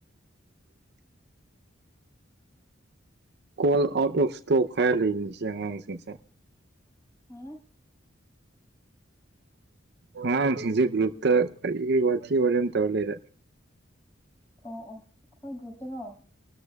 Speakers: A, on the right; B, on the left.
A: ꯀꯣꯜ ꯑꯥꯎꯠ ꯑꯣꯐ ꯏꯁꯇꯣꯛ ꯍꯥꯏꯔ ꯂꯩꯅꯤꯁꯦ ꯑꯉꯥꯡꯁꯤꯡꯁꯦ
B: ꯑꯣ
A: ꯑꯉꯥꯡꯁꯤꯡꯁꯦ ꯒ꯭ꯔꯨꯞꯇ ꯀ ꯒꯔꯤ ꯋꯥꯁꯤ ꯑꯣꯏꯝ ꯇꯍꯦ ꯏꯔ
B: ꯑꯣ ꯑꯣ ꯑꯩꯈꯣꯏ ꯒ꯭ꯔꯨꯞꯇꯅꯣ